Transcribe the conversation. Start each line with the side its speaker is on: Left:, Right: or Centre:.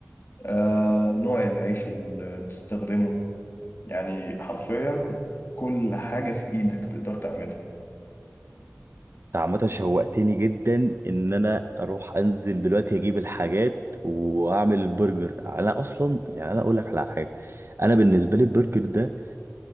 Left: آه نوع العيش اللي بتستخدمه يعني حرفيا كل حاجة في ايدك تقدر تعملها
Right: عامة شوقتني جدا ان انا اروح انزل دلوقتي اجيب الحاجات واعمل البرجر انا اصلا يعني انا اقول لك على حاجه انا بالنسبه لي البرجر ده